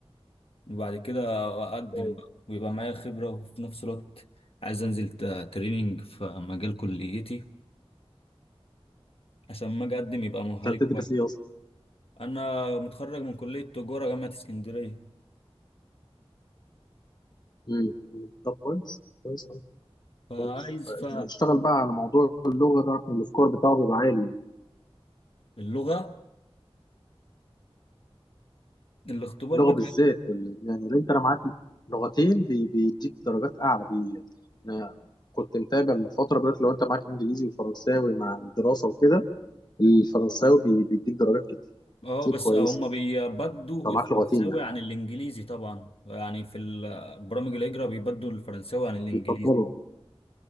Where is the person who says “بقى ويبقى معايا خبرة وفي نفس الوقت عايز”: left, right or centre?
Left